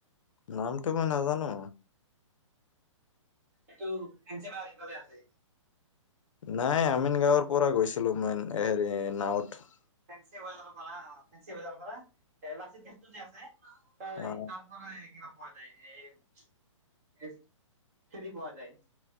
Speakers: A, on the left; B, on the right.
A: নামটো মই নাজানো।
B: এইটো ফেঞ্চি বাজাৰ সিফালে আছে।
A: নাই আমিন গাঁৱৰ পৰা গৈছিলো মই হেৰি নাৱত।
B: ফেঞ্চি বজাৰৰ পৰা অ ফেঞ্চি বজাৰৰ পৰা এ লাচিত গেটটো যে আছে তাৰ
A: অ
B: তাৰপৰা এ কিবা পোৱা যায় এ ফেৰি পোৱা যায়।